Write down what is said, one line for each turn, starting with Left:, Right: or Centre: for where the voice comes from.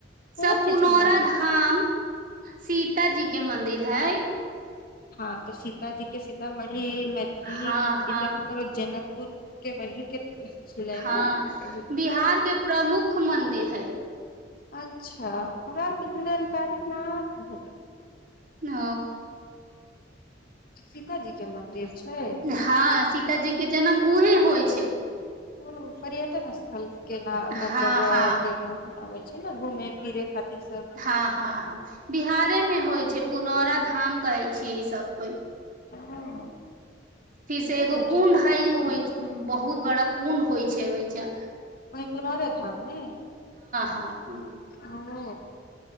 Left: कोन
Right: सब
Left: चीज
Right: पुनौरा
Left: के मंदिर
Right: धाम
Left: छै
Right: सीतााजी के मंदिर है
Left: हाँ सीताजी कें सीतामढ़ी इ इ मैथिली
Right: हँ हँ
Left: ई सब मतलब जनक कुर्क के वहि के छलै
Right: हँ
Left: ने
Right: बिहार के प्रमुख मुख्य मन्दिर हइ
Left: अच्छा हमरा आर कें जानकारी ना हय भ गेल
Right: ओ
Left: सीताजी के मन्दिर छै
Right: हँ सीतााजी के जन्म उह है होइ छै
Left: ओ पर्यटन स्थल केना
Right: हँ
Left: मतलब
Right: हँ
Left: य आबै छै ने घूमे फिरे खातिर सब
Right: हँ हँ हँ बिहारेमे होइ छै पुनौरा धाम कहै छीियै ई सब कोइ
Left: अच्छा
Right: फिर से एगो
Left: तऽ
Right: कुंड
Left: जो
Right: हइ बहुत
Left: वही
Right: बहुत बड़ा कुण्ड होइ छै ओहि छै
Left: ओहि पुनर धाम ने
Right: हँ हँ
Left: ओ